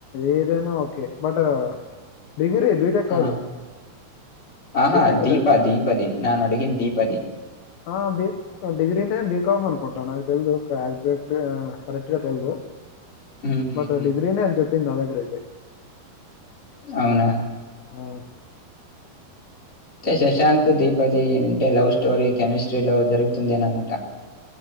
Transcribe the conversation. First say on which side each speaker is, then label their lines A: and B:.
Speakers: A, on the left (about 70°); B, on the left (about 15°).
A: ఏదైనా ఓకే బట్ డిగ్రీ బీటెక్
B: ఆ!
A: కాదు
B: ఆహా
A: బీటెక్
B: దీపా
A: లేదు.
B: దీపది నాను అడిగిన దీపది
A: ఆ బి డిగ్రీనేే బీకామ్ అనుకుంటాను నాకు తెలిదు ఎగ్జాక్ట్ కరెక్ట్గా తెలిదు
B: హుహుహు.
A: బట్ డిగ్రీనే అని చెప్పింది నా దగ్గర అయితే
B: అవునా?
A: ఆ
B: అే శశాంక్ దీపతి అంటే లవ్ స్టోరీ కెమిస్ట్రీ లో జరుగుతుందిని అనమాట